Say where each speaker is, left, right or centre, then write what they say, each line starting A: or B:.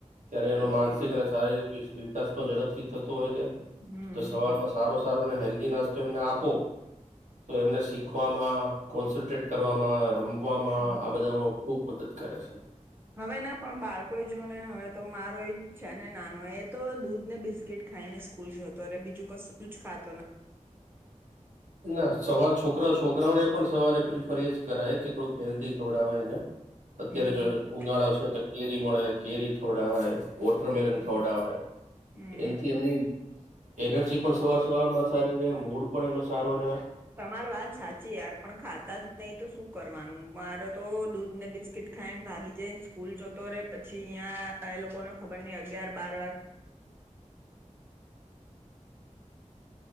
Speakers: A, on the right; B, on the right.
A: ત્યારે એનો
B: હમ
A: માનસિક અને શારીરિક <unintelligible> ઝડપથી થતો હોય છે
B: હમ
A: તો સવારમાં
B: હમ
A: સારો સારો અને હેલ્ધી નાસ્તો અમને આપો તો એમને શીખવામાં કોન્સન્ટ્રેટ કરવામાં રમવા મા
B: હમ
A: આ બધા ખુબ મદદ કરે છે.
B: હવે ના પણ બાળકો જો ને હવે તો મારો છે ને નાનો એ તો દૂધ ને બિસ્કીટ ખાઈને સ્કૂલ જોતો બીજું કશું જ ખાતો નથી.
A: ના સવાર છોકરા છોકરાઓને પણ સવારે પ્રિફર એજ કરાય કે થોડુંક હેલ્ધી ખવડાવા એને અત્યારે
B: હમ
A: જો ઉનાળા છે તો કેરી મળે. ચેરી ખવડાવા એ વોટરમેલન
B: હમ
A: ખવડવાય.
B: હમ
A: એનથી એમની એનર્જી પણ સવાર-સવાર માં સારી રે, મૂડ પણ એનો સારો રહ્યા.
B: તમારે વાત સાચી યાર પણ ખાતા જ નહી તો શું કરવાનું મારે તો દૂધ ને બિસ્કીિટ ખાઈને ભાગી જઈને સ્કૂલ જોતો રે પછી અ્યાં એ લોકોને ખબર નહ અગયાર બાર વાગે